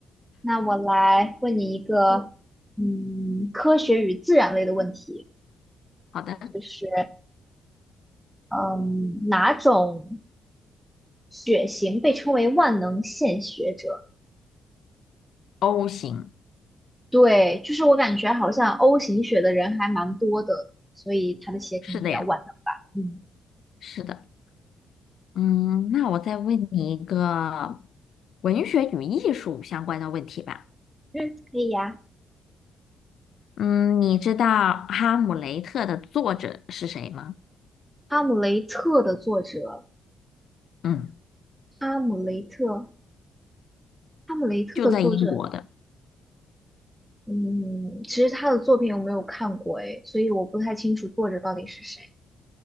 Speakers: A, in the centre; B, on the left (about 65°).
A: 那我来问你一个，嗯，科学与自然类的问题，
B: 好的
A: 就是，嗯，哪种血型被称为万能献血者？
B: ，O 型，
A: 对，就是我感觉好像 O 型血的人还蛮多的，所以他的血可能比较万能吧。
B: 是的呀，
A: 嗯
B: 是的，嗯，那我再问你一个文学与艺术相关的问题吧，
A: 嗯，可以呀。
B: 嗯，你知道《哈姆雷特》的作者是谁吗？
A: 哈姆雷特的作者，
B: 嗯，
A: 哈姆雷特，哈姆雷特的作者
B: 就在英国的。
A: 嗯，其实他的作品我没有看过诶，所以我不太清楚作者到底是谁。